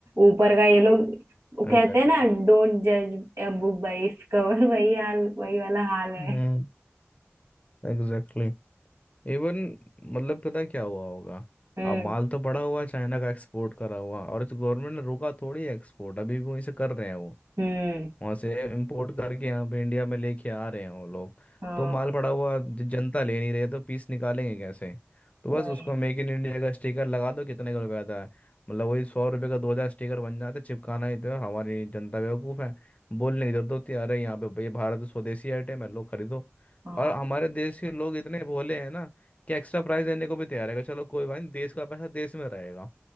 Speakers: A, on the right; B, on the left.
A: ऊपर का ये लोग वो कहते
B: Exactly
A: हैं ना डोंट जज a book by its cover <laughs> वही हाल वही वाला हाल है
B: Hmm Exactly Even मतलब पता है क्या हुआ होगा
A: हम्म
B: अब माल तो पड़ा हुआ है, चाइना का एक्सपोर्ट करा हुआ और गवर्नमेंट ने रोका थोड़ी एक्सपोर्ट अभी भी वहीं से कर रहे हैं वो
A: हम्म
B: वहां से इम्पोर्ट करके यहाँ पे इंडिया में लेके आ रहे हैं वो लोग
A: हाँ
B: तो माल पड़ा हुआ ज- जनता ले नहीं रही है, तो पीस निकालेंगे कैसे तो
A: वही
B: बस उसको मेक इन इंडिया का स्टिकर लगा दो कितने का रुपया आता है मतलब वही सौ रुपये का दो हज़ार स्टिकर बन जाता है चिपकाना ही तो है, हमारी जनता बेवकूफ़ है बोलने की जरूरत होती है अरे यहाँ पे ये भारत स्वदेशी आइटम है लोग खरीदो
A: हाँ
B: और हमारे देश के लोग इतने भोले हैं ना कि एक्स्ट्रा प्राइस देने को भी तैयार है चलो कोई बात नहीं देश का पैसा देश में रहेगा